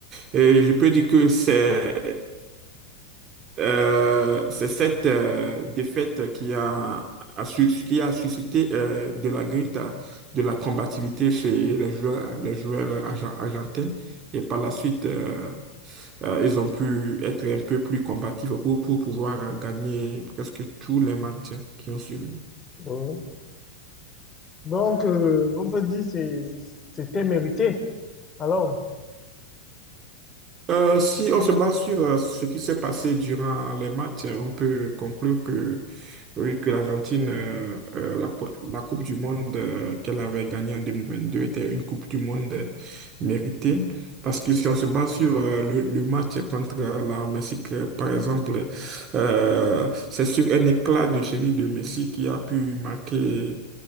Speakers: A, on the right (about 30°); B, on the left (about 15°).
A: Et je peux dire que c'est euh, c'est cette euh, défaite qui a, a sus- qui a suscité euh, de la grinta, de la combativité chez les joueurs, les joueurs argen- argentins. Et par la suite, euh, euh, ils ont pu être un peu plus combatifs pour, pour pouvoir gagner presque tous les matchs qui ont suivi.
B: Oui, Donc, euh, on peut dire c'est c'était mérité. Alors,
A: Euh, si on se base sur euh, ce qui s'est passé durant les matchs, euh, on peut conclure que, oui, que l'Argentine, euh, euh, la, po- la Coupe du Monde euh, qu'elle avait gagnée en 2022 était une Coupe du Monde euh, méritée. Parce que si
B: oui,
A: on se base sur euh, le, le match contre euh, la Mexique, euh, par exemple, euh, c'est sur un éclat de génie de Messi qui a pu marquer